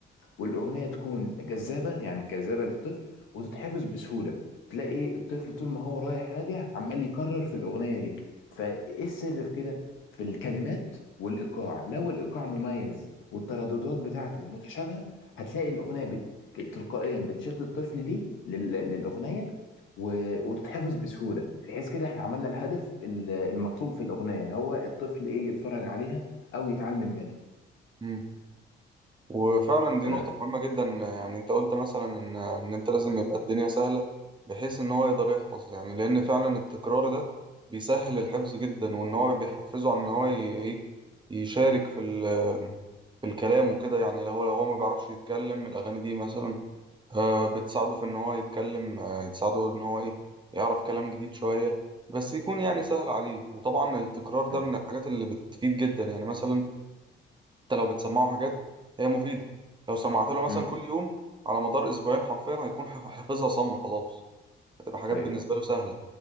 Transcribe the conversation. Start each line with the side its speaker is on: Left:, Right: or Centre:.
Left: والاغنيه تكون جذابه يعني جذابه للطفل وتتحفظ بسهوله تلاقي إيه، الطفل طول ما هو رايح راجع عمال يكرر في الاغنيه دي فايه السر في كده في الكلمات والايقاع لو الايقاع مميز والترددات بتاعته متشابهه هتلاقي الاغنيه بت... تلقائيا بتشد الطفل ليه لل... للاغنيه و... وتتحفظ بسهوله بحيث كده احنا عملنا الهدف ال- المطلوب في الاغنيه اللي هو الطفل ايه يتفرج عليها او يتعلم منها
Right: مم. وفعلا دي
Left: آه.
Right: نقطة مهمة جدا يعني انت قلت مثلا ان ان انت لازم يبقى الدنيا سهلة بحيث ان هو يقدر يحفظ يعني لان فعلا التكرار ده بيسهل الحفظ جدا وان هو بيحفزه على ان هو ي- ايه يشارك في ال في الكلام وكده يعني لو هو لو هو ما بيعرفش يتكلم الاغاني دي مثلا آه، بتساعده في ان هو يتكلم آه، تساعده ان هو ايه يعرف كلام جديد شوية بس يكون يعني
Left: مم.
Right: سهل عليه وطبعا التكرار ده
Left: أيوة.
Right: من الحاجات اللي بتفيد جدا يعني مثلا حتى لو بتسمعه حاجات هي مفيدة لو سمعت له مثلا
Left: مم.
Right: كل يوم على مدار أسبوعين حرفيا هيكون حف- حافظها صم خلاص هتبقى حاجات
Left: أيوة.
Right: بالنسبة له سهلة